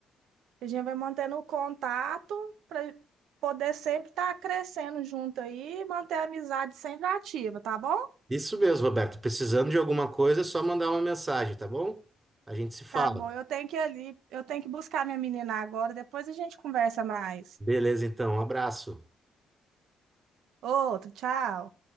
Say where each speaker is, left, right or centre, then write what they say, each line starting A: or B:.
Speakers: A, on the right; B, on the right.
A: A gente vai mantendo o contato para poder sempre estar crescendo junto aí, e manter a amizade sempre ativa, tá bom?
B: Isso mesmo, Roberto. Precisando de alguma coisa, é só mandar uma mensagem, tá bom? A gente se fala.
A: Tá bom, eu tenho que ir ali, eu tenho que buscar minha menina agora, depois a gente conversa mais.
B: Beleza, então. Um abraço.
A: Outro, tchau.